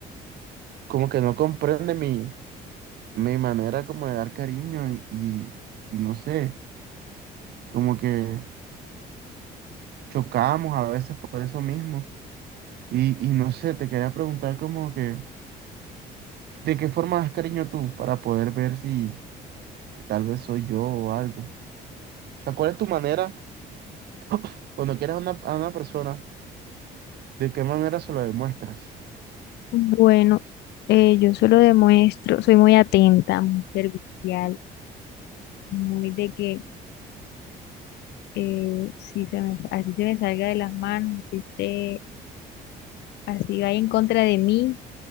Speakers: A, on the right (about 70°); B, on the left (about 80°).
A: como que no comprende mi, mi manera como de dar cariño y, y, y no sé, como que chocamos a veces por eso mismo. Y, y no sé, te quería preguntar como que, ¿de qué forma das cariño tú para poder ver si, si tal vez soy yo o algo? O sea, ¿cuál es tu manera <clears throat> cuando quieres a una, a una persona, de qué manera se lo demuestras?
B: Bueno, eh, yo solo demuestro, soy muy atenta, muy servicial, muy de que eh, si se me, así se me salga de las manos, así esté, así vaya en contra de mí,